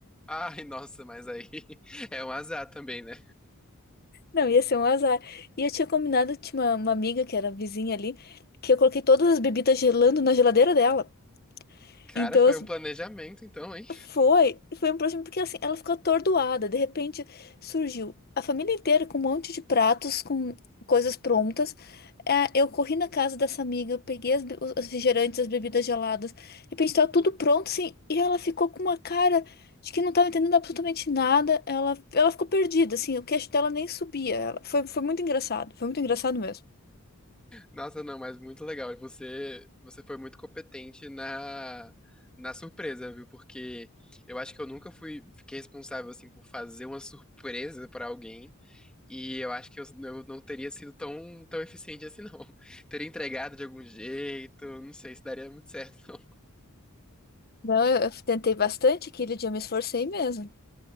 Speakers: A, in the centre; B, on the left.
A: Ai, nossa, mas aí <laughs> é um azar também, né?
B: Não, ia ser um azar. E eu tinha combinado, tinha uma, uma amiga que era vizinha ali, que eu coloquei todas as bebidas gelando na geladeira dela.
A: Cara,
B: Então,
A: foi
B: as
A: um planejamento, então, hein?
B: Foi, foi um problema porque assim, ela ficou atordoada. De repente surgiu a família inteira com um monte de pratos, com coisas prontas. É, eu corri na casa dessa amiga, eu peguei as, be- os os refrigerantes, as bebidas geladas. De repente tava tudo pronto, assim, e ela ficou com uma cara de que não tava entendendo absolutamente nada. Ela, ela ficou perdida, assim, o queixo dela nem subia. Ela, foi, foi muito engraçado, foi muito engraçado mesmo.
A: Nossa, não, mas muito legal. E você, você foi muito competente na, na surpresa, viu? Porque eu acho que eu nunca fui, fiquei responsável assim por fazer uma surpresa pra alguém. E eu acho que eu, eu não teria sido tão, tão eficiente assim, não. <laughs> Teria entregado de algum jeito, não sei se daria muito certo, não.
B: Não, eu, eu tentei bastante, aquele dia eu me esforcei mesmo.